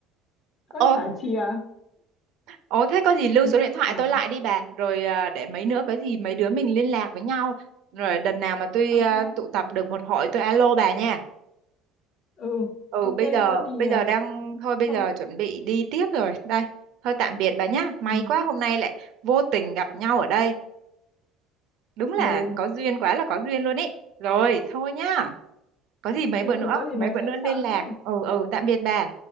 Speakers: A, on the left; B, on the right.
A: có
B: ô
A: chả chìa
B: ô thế có gì lưu
A: nói
B: số
A: chung
B: điện thoại
A: ở
B: tôi lại đi bà rồi à, để mấy nữa có gì mấy đứa mình liên lạc với nhau rồi đợt nào mà tôi
A: ok
B: à, tụ tập được một hội tôi alo bà nha
A: ừ
B: ừ
A: ok
B: bây giờ
A: có gì
B: bây
A: ờ,
B: giờ đang thôi bây
A: không
B: giờ chuẩn bị đi tiếp rồi đây thôi tạm biệt bà nhá may
A: ừ
B: quá hôm nay lại vô tình gặp nhau ở đây đúng là
A: ừ
B: có duyên quá là có duyên luôn ý rồi thôi nhá có gì mấy
A: ừ,
B: bữa nữa
A: có gì
B: mấy
A: nói
B: bữa
A: chuyện
B: nữa
A: sau
B: liên lạc
A: nhé
B: ừ ừ tạm biệt bà